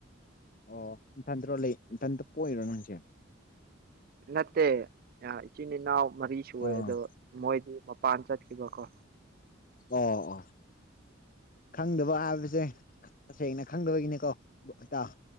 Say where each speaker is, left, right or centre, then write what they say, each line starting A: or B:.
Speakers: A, on the left; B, on the right.
A: ꯑꯣ ꯏꯊꯟꯗꯔꯣ ꯂꯩ ꯏꯊꯇ ꯄꯣꯛꯏꯔꯣ ꯅꯪꯁꯦ
B: ꯅꯠꯇꯦ ꯑ ꯆꯤꯟꯅꯤꯅꯥ ꯃꯔꯤ ꯁꯨ
A: ꯑꯣ
B: ꯑꯗꯣ ꯃꯣꯏꯗꯤ ꯃꯄꯥꯟ ꯆꯠꯈꯤꯕꯀꯣ
A: ꯑꯣ ꯑꯣ ꯈꯪꯗꯕ ꯍꯥꯏꯕꯁꯦ ꯇꯁꯦꯡꯅ ꯈꯪꯗꯕꯒꯤꯅꯤꯀꯣꯇꯥꯥꯎ